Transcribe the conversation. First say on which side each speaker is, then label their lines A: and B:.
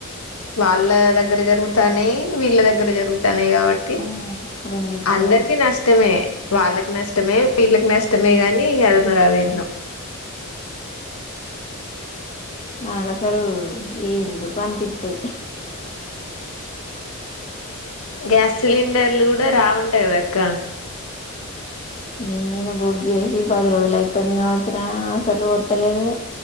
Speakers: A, on the left; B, on the left.
A: వాళ్ళ దగ్గర జరుగుతానే వీళ్ళ దగ్గర జరుగు నే కాబట్టి
B: ఆ రెండిటి
A: అందరికి
B: సైడ్ల
A: నష్టమే వాళ్ళకి నష్టమే వీళ్ళకి నష్టమే గాని అది మరి అది ఏందో
B: నాకు అసలు ఎందుకు అనిపితది
A: గ్యాస్ సిలిండర్లు కూడా రావంటాయి కదా అక్క
B: నేను బుక్ చేసి పది రోజులు అయితుంది కావసర అసలు వత్తలేదు